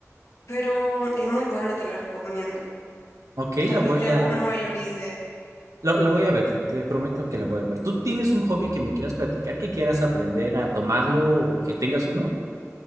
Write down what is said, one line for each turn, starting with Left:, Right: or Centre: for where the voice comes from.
Left: Pero es muy buena, te la recomiendo.
Right: ok,
Left: Tal
Right: la voy
Left: vez te da
Right: a,
Left: una mayor idea.
Right: lo, lo voy a ver, te prometo que la voy a ver. ¿Tú tienes un hobby que me quieras platicar, que quieras aprender a tomarlo o que tengas uno?